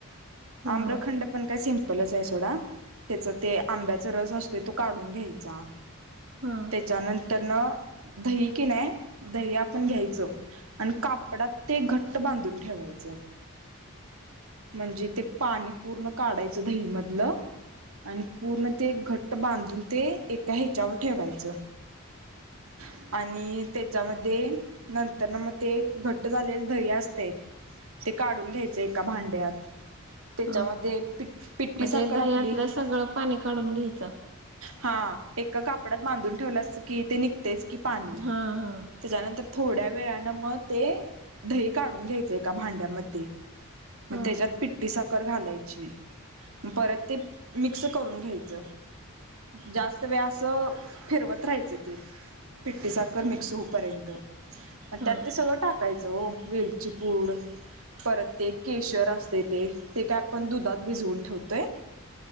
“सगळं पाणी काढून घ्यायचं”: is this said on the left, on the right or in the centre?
Right